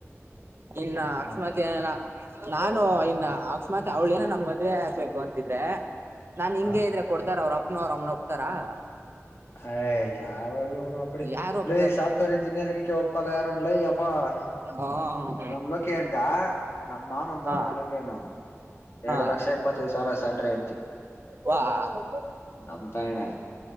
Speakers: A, on the right (about 50°); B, on the left (about 50°).
A: ಇನ್ನ ಅಕಸ್ಮಾತ್
B: ಹಾ
A: ಏನರ <unintelligible> ನಾನು ಇನ್ನ ಅಕಸ್ಮಾತ್ ಅವಳ ಏನ ನಮ್ಮ ಮದ್ವೆ ಆಕ್ಬೇಕು ಅಂತಿದ್ರೆ? <unintelligible> ನಾನ್ ಹಿಂಗೆ
B: ಹಾ
A: ಹೇಳಿದರೆ ಕೊಡ್ತಾರ ಅವರ ಅಪ್ಪನ ಅವರ ಅಮ್ಮ ನೋ ಹೋಗ್ತಾರ? <unintelligible>
B: ಹಾಯ್ ಯಾರ ಇವನು ಅಪಡಿಕೆ
A: ಯಾರು ಒಪ್ತಾರ
B: ಲೇ ಸಾಫ್ಟ್ವೇರ್ ಇಂಜಿನಿಯರಿಂಗ್ ಕೇ ಒಪ್ಪಲ್ಲ ಯಾರುನ ಲೈ ಎಪ್ಪಾ? <unintelligible>
A: ಆ ಹಾ <unintelligible>
B: ನಂಬಲೋಕೇ ಹಂಗ್ ನಮ್ಮ ಮಾವನ ಅಂತಾವನ
A: ಹಾ
B: ಹೇಣ ಕೇಳ ನೋಡ್ <unintelligible> ಎರಡ್
A: ಹಾ
B: ಲಕ್ಷ ಇಪ್ಪತ್ತೈದು ಸಾವಿರ ಸ್ಯಾಲ್ರಿ. <unintelligible>
A: ವಾ <inaudible> <unintelligible>
B: ನಮ್ ತಾಯಣೆ